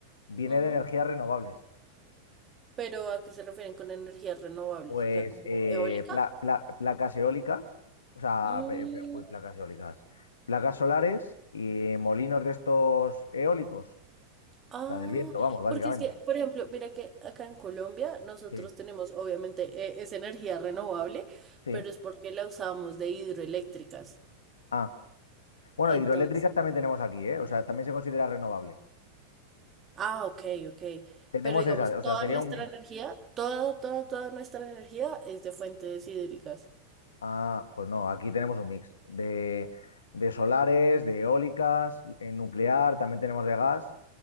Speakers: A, on the left (about 70°); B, on the right (about 25°).
A: viene
B: Ujú.
A: de energías renovables.
B: Pero ¿a qué se refieren con energías renovables?
A: Pues
B: O sea, como
A: eh,
B: eólica.
A: pla- pla- placas eólicas, o sea,
B: Mm,
A: pe- pe- uy, placas eólicas, placas solares y molinos de estos eólicos,
B: ah,
A: o sea, del viento, vamos, básicamente.
B: porque es que, por ejemplo, mira que acá en Colombia nosotros
A: Sí,
B: tenemos, obviamente, eh, es energía renovable,
A: sí.
B: pero es porque la usamos de hidroeléctricas.
A: Ah, bueno,
B: Entonces,
A: hidroeléctricas también tenemos aquí, ¿eh? O sea, también se considera renovable.
B: ah, ok, ok.
A: Tenemos
B: Pero digamos,
A: esas, o sea,
B: toda
A: sería
B: nuestra
A: un mix.
B: energía, toda, toda, toda nuestra energía es de fuentes hídricas.
A: Ah, pues no, aquí tenemos un mix de, de solares, de eólicas, en nuclear, también tenemos de gas,